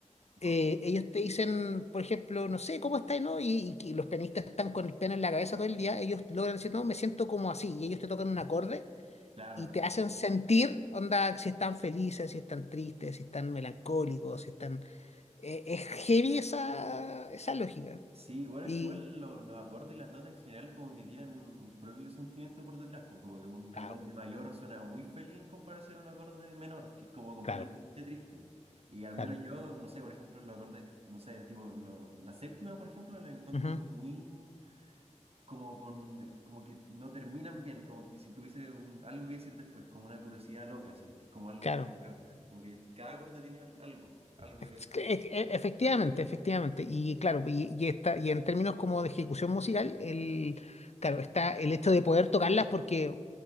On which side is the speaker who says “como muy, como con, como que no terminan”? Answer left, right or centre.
Right